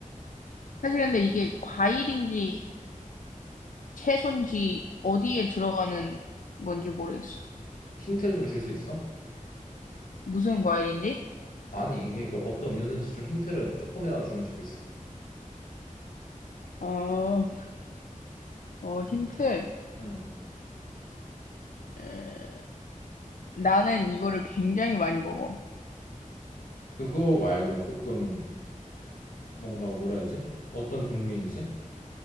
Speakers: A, on the left; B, on the left.
A: 사실 근데 이게 과일인지 채소인지 어디에 들어가는 건지 모르겠어.
B: 힌트를 좀 줄 수 있어?
A: 무슨 과일인지?
B: 아니, 그러니까 어떤 음료수인지 좀 힌트를 조금이라도 주면 좋겠어.
A: 어, 어,
B: 응.
A: 힌트.
B: 응.
A: 에, 나는 이거를 굉장히 많이 먹어.
B: 그거 말고 조금 뭔가 뭐라 해야지? 어떤 종류인지?